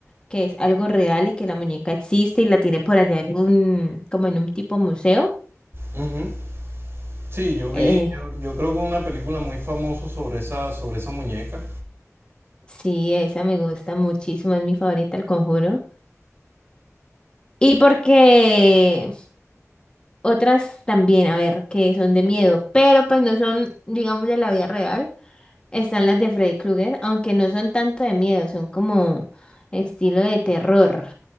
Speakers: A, on the left; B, on the right.
A: que es algo real y que la muñeca existe y la tiene por allá en un, como en un tipo museo.
B: ujú. Sí, yo vi,
A: Eh,
B: yo, yo creo que una película muy famosa sobre esa, sobre esa muñeca.
A: sí, esa me gusta muchísimo, es mi favorita, El Conjuro. Y porque otras también, a ver, que son de miedo, pero pues no son, digamos, de la vida real. Están las de Freddy Krueger, aunque no son tanto de miedo, son como estilo de terror.